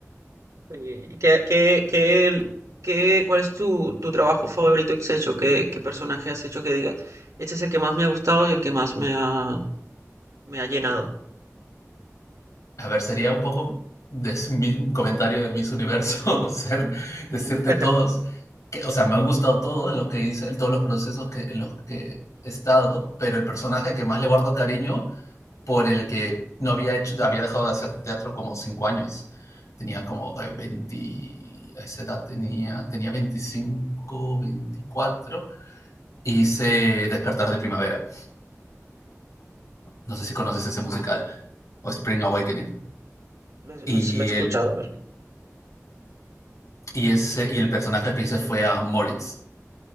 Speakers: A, on the right; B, on the left.
A: ¿Y qué, qué, qué, qué- cuál es tu, tu trabajo favorito que has hecho? ¿Qué, qué personaje has hecho que digas? Este es el que más me ha gustado y el que más me ha, me ha llenado.
B: A ver, sería un poco de, s- mi- un comentario de Miss Universo <laughs> ser, decirte
A: <laughs>
B: todos, que, o sea, me han gustado todos los que hice, todos los procesos que, en los que he estado, pero el personaje que más le guardo cariño por el que no había hecho, había dejado de hacer teatro como cinco años. Tenía como 20, a esa edad tenía, tenía 25 veinticuatro Hice Despertar de Primavera. No sé si conoces ese musical o Spring Awakening.
A: Lo, lo-
B: Y
A: sí lo he escuchado,
B: el,
A: ¿verdad?
B: y ese, y el personaje que hice fue a Moritz.